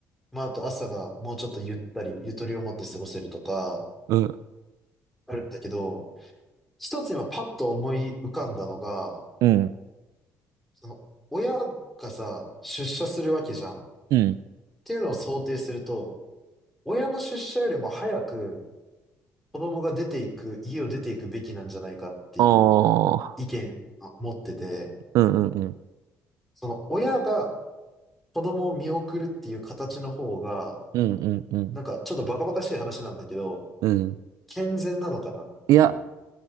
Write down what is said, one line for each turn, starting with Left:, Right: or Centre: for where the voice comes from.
Centre: まあ、あと朝がもうちょっとゆったり、ゆとりを持って過ごせるとか、
Right: うん
Centre: あるんだけど、一つ今パッと思い浮かんだのが、
Right: うん。
Centre: その、親がさ、出社するわけじゃん。っ
Right: うん。
Centre: ていうのを想定すると、親の出社よりも早く子供が出ていく、家を出ていくべきなんじゃないかっていう
Right: あ
Centre: 意見を持ってて、
Right: あ。うんうんうん。
Centre: その親が子供を見送るっていう形の方が、
Right: うんうんうん。
Centre: なんかちょっとバカバカしい話なんだけど、
Right: うん。
Centre: 健全なのかなっていう。
Right: いや、